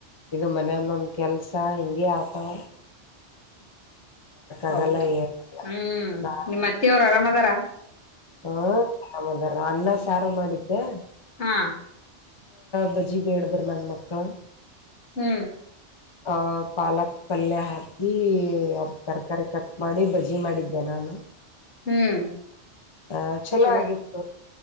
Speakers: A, on the left; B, on the left.
A: ಇದು ಮನೆದೊಂದ ಕೆಲ್ಸ ಹಿಂಗೆ ಆತಾವ. ಆಗಲ್ಲ
B: ಹೌದು
A: ಏನಿಲ್ಲ
B: ಹ್ಮ್
A: ನಾ
B: ನಿಮ್ಮತ್ತೆ ಅವ್ರ್ ಆರಾಮ್ ಅದಾರ.
A: ಹ್ಮ ಆರಾಮದಾರ ಅನ್ನ ಸಾರು ಮಾಡಿದ್ದೆ
B: ಹಾ
A: ಬಜ್ಜಿ ಬೇಡುದ್ರು ನನ್ ಮಕ್ಳು.
B: ಹ್ಮ್
A: ಆ ಪಾಲಕ್ ಪಲ್ಯ ಹಾಕಿ ಅದು ತರಕಾರಿ ಕಟ್ ಮಾಡಿ ಬಜಿ ಮಾಡಿದ್ದೆ ನಾನು
B: ಹ್ಮ್
A: ಆ ಚಲೋ
B: ಜೋ
A: ಆಗಿತ್ತು.